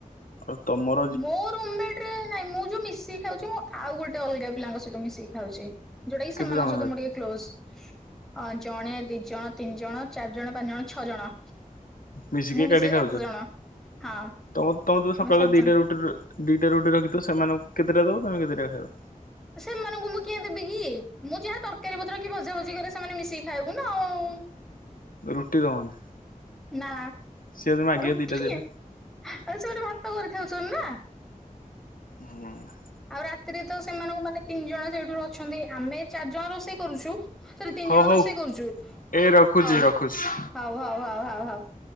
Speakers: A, on the left (about 75°); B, in the centre.
A: ଅ ତମର୍
B: ମୋଁ ରୁମ୍ ମେଟ୍ ରେ ନାଇଁ ମୁ ଯୋଉ ମିଶିକି ଖାଉଛି ମୁଁ ଆଉ ଗୋଟେ ଅଲଗା ପିଲାଙ୍କ ସହିତ ମିଶିକି ଖାଉଛି। ଜୋଉଡା କି
A: କେତେ
B: ସେମାନଙ୍କ
A: ଜଣ
B: ସହିତ ମୁ ଟିକେ କ୍ଲୋସ୍। ଅ ଜଣେ ଦି ଜଣ ତିନି ଜଣ ଚାରି ଜଣ ପାଞ୍ଚ ଜଣ ଛଅ ଜଣ।
A: ମିଶିକି
B: ମୁଁ
A: ଏକାଠି
B: ମିଶିଲେ
A: ଖାଉଛ
B: ସାତ ଜଣ। ହଁ
A: ତମ ତମେ ତ ସକାଳେ
B: ଆମେ ସାତ
A: ଦିଟା
B: ଜଣ
A: ଦିଟା ରୁଟି ରଖି ତ ସେମାନଙ୍କୁ କେତେଟା ଦବ ତମେ କେତେଟା ଖାଇବ?
B: ସେମାନଙ୍କୁ ମୁଁ କିଆ ଦେବି କି ମୁଁ ଯାହା ତରକାରୀ ପତ୍ର କି ଭଜା ଭଜି କରେ ସେମାନେ ମିଶିକି ଖାଇବୁ ନା ଆଉ।
A: ରୁଟି ଦବନି?
B: ନା
A: ସିଏ ଯଦି ମାଗିବେ
B: ରୁଟି
A: ଦିଟା ଦେଲେ
B: ଆଉ ସେମାନେ ଭାତ କରିଖାଉଛନ୍ତି ନା
A: ହୁଁ
B: ଆଉ ରାତିରେ ତ ସେମାନଙ୍କୁ ମାନେ ତିନି ଜଣ ସେଇଠୁ ଅଛନ୍ତି ଆମେ ଚାରି ଜଣ ରୋଷେଇ କରୁଛୁ ସେଠ ତିନି
A: ହଉ
B: ଜଣ
A: ହଉ
B: ରୋଷେଇ କରୁଛୁ
A: ଏ ରଖୁଛି
B: ହଉ
A: ରଖୁଛି।
B: ହଉ ହଉ ହଉ ହଉ ହଉ।